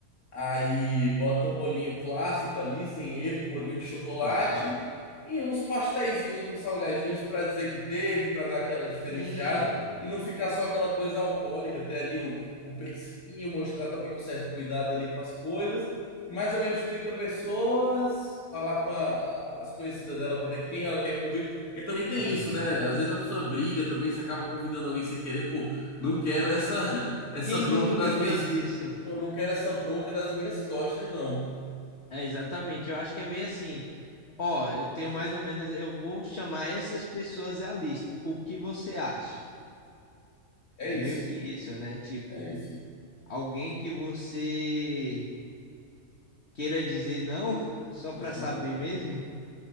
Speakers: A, on the left; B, on the left.
A: Aí bota bolinho clássico ali, sem erro, um bolinho de chocolate
B: Claro,
A: e uns pasteizinhos, uns salgadinhos para dizer que teve, para dar aquela diferenciada
B: sim,
A: e não ficar só aquela coisa alcoólica, ter ali o, o petisquinho, mostrar também um certo cuidado ali com as coisas. Mais ou menos 30 pessoas, falar com a- as conhecidas dela para ver quem ela quer convidar. Porque também tem
B: aham.
A: isso, né? Às vezes a pessoa briga também, se acaba convidando alguém sem querer, pô, não quero essa <laughs> essa
B: Quem
A: bronca
B: nunca
A: nas minhas
B: fez isso?
A: Pô, não quero essa bronca nas minhas costas, não.
B: É exatamente, eu acho que é meio assim, ó, eu tenho mais ou menos, eu vou chamar essas pessoas à lista, o que você acha?
A: É
B: É
A: isso.
B: meio que isso, né? Tipo,
A: É isso.
B: alguém que você queira dizer não <laughs> só para
A: <laughs>
B: saber mesmo,